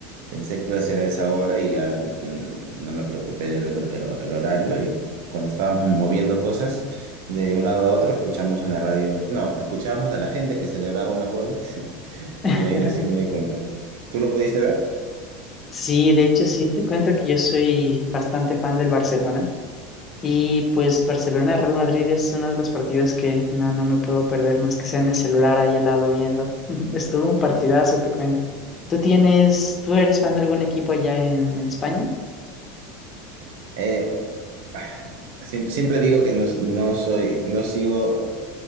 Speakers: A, on the right; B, on the left.
A: pensé que iba a ser a esa hora y ya mm, no me preocupé de ver el, el- el horario y cuando estábamos moviendo cosas de un lado a otro escuchamos en la radio, no, escuchábamos a la gente que celebraba unos goles <laughs>
B: <laughs>
A: y de ahí recién me di cuenta. ¿Tú lo pudiste ver?
B: Sí, de hecho sí, te cuento que yo soy bastante fan del Barcelona y pues Barcelona-Real Madrid es uno de los partidos que no, no me puedo perder más que sea en el celular ahí al lado viendo. <laughs> Estuvo un partidazo, te cuento. ¿Tú tienes, tú eres fan de algún equipo allá en, en España?
A: Eh, Ah, Siempre, siempre digo que no, no soy, no sigo,